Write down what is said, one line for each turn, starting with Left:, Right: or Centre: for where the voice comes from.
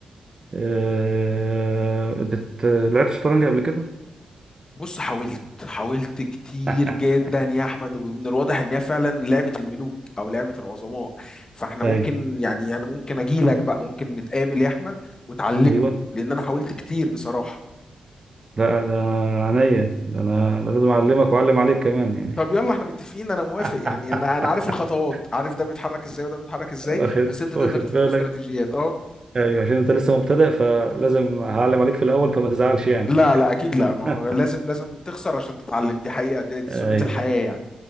Right: أه، بت... لعبت شطرنج قبل كده
Left: بص حاولت حاولت كتير
Right: <laughs>
Left: جدا يا احمد ومن الواضح ان هي فعلا لعبه الملوك او لعبه العظماء فاحنا
Right: اي
Left: ممكن يعني انا ممكن اجي لك بقى ممكن نتقابل يا احمد وتعلمني
Right: ايوه
Left: لان انا حاولت كتير بصراحه
Right: لا ده عينيا ده انا ده لازم اعلمك واعلم عليك كمان يعني
Left: طب يلا احنا متفقين انا موافق
Right: <laughs>
Left: يعني انا انا عارف الخطوات عارف ده بيتحرك ازاي وده بيتحرك ازاي
Right: واخد
Left: بس انت
Right: واخد
Left: تقدر تديني
Right: بالك
Left: استراتيجيات اه
Right: ايوه عشان انت لسه مبتدئ فلازم هعلم عليك في الاول فما تزعلش يعني
Left: لا لا اكيد لا ما هو
Right: <laughs>
Left: لازم لازم تخسر عشان تتعلم دي حقيقه دي, دي
Right: ايوه
Left: سنه الحياه يعني